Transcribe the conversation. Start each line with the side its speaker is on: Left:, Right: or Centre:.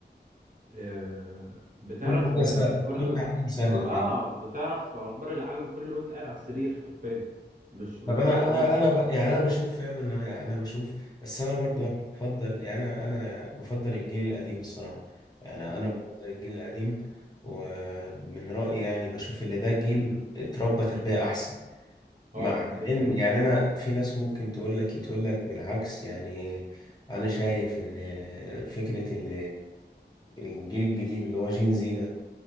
Right: آه، بتعرف
Left: كل حاجة
Right: آه،
Left: سهلة
Right: ج- كل
Left: كل حاجة سهلة
Right: اه
Left: يعني
Right: بتعرف اخبار العالم كله وانت قاعد على السرير حرفيا مش محتاج
Left: طب انا
Right: تقوم
Left: انا انا ب... يعني انا بشوف فعلا يعني انا بشوف بس انا برضو
Right: م-
Left: انا بفضل يعني انا انا بفضل الجيل القديم الصراحه يعني
Right: م-
Left: انا بفضل الجيل القديم ومن رايي يعني بشوف ان ده جيل
Right: <coughs>
Left: اتربى تربيه احسن مع
Right: اه أو كده
Left: العلم
Right: كده
Left: يعني انا في ناس ممكن تقول لك تقول لك بالعكس يعني انا شايف ان فكره ان الجيل الجديد اللي هو جين زي ده